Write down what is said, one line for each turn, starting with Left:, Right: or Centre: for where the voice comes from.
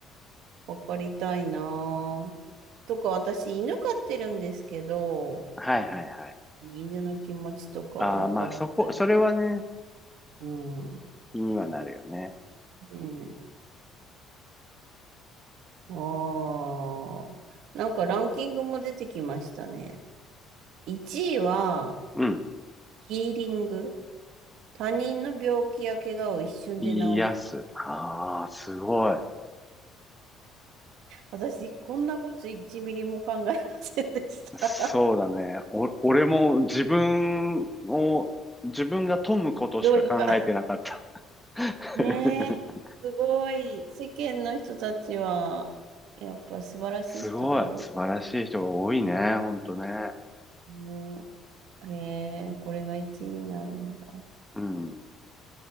Right: わかりたいな。とか、私、犬飼ってるんですけど、
Centre: はいはいはい。
Right: 犬の気持ちとかわからない。
Centre: ああ、まあそこ、それはね、
Right: うん。
Centre: 気にはなるよね。
Right: ねえ。ああ。なんかランキングも出てきましたね。1位は、
Centre: うん。
Right: ヒーリング。他人の病気や怪我を一瞬で治す。
Centre: 癒す。ああ、すごい。
Right: 私、こんなこと1ミリも考えませんでした。
Centre: そうだね。お、俺も自分を、自分が富むことしか考えてなかった。
Right: <laughs> どうにか。
Centre: <laughs>
Right: ねえ。すごい。世間の人たちは、やっぱ素晴らしい人が多い。
Centre: すごい。素晴らしい人が多いね。ほんとね。
Right: うんえー、これが1になるんだ。
Centre: うん。